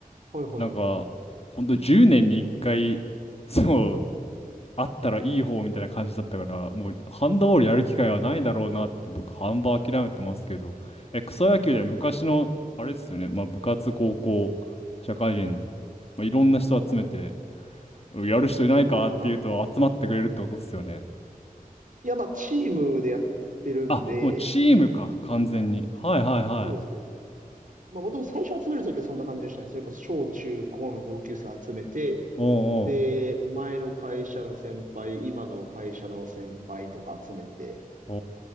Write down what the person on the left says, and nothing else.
なんか、ほんと10年に1回、そう、あったらいい方みたいな感じだったから、もうハンドボールやる機会はないだろうなって僕、半ば諦めてますけど、え、草野球では昔の、あれですよね、まあ部活、高校、社会人、まあ、いろんな人集めて、
うんやる人いないかっていうと集まってくれるってことですよね。
あ、もうチームか、完全に。はいはいはい。
おうおう。
お